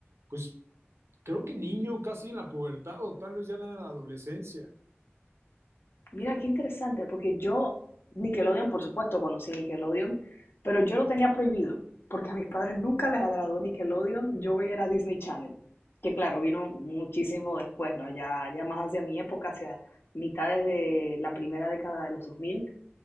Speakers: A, on the right; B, on the left.
A: pues creo que niño, casi en la pubertad o tal vez ya en la adolescencia.
B: Mira, qué interesante, porque yo, Nickelodeon, por supuesto, conocí Nickelodeon, pero yo lo tenía prohibido, porque a mis padres nunca les agradó Nickelodeon, yo veía era Disney Channel, que claro, vino muchísimo después, ¿no? Ya, ya más hacia mi época, hacia mitades de la primera década de los 2000,